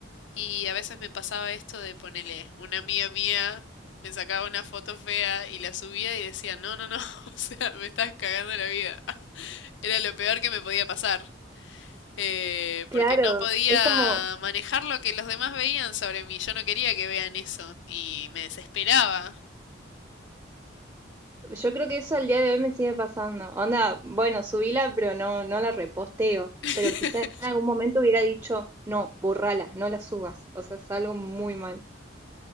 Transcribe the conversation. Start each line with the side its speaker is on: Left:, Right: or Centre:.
Left: y a veces me pasaba esto de ponerle una amiga mía me sacaba una foto fea y la subía y decía, no, no, no, <laughs> o sea, me estás cagando la vida. <laughs> Era lo peor que me podía pasar eh,
Right: Claro,
Left: porque no podía
Right: es como,
Left: manejar lo que los demás veían sobre mí. Yo no quería que vean eso y me desesperaba.
Right: Yo creo que eso al día de hoy me sigue pasando. Onda, bueno, subíla, pero no, no la reposteo.
Left: <laughs>
Right: Pero quizá en algún momento hubiera dicho, no, borrala, no la subas. O sea, es algo muy mal.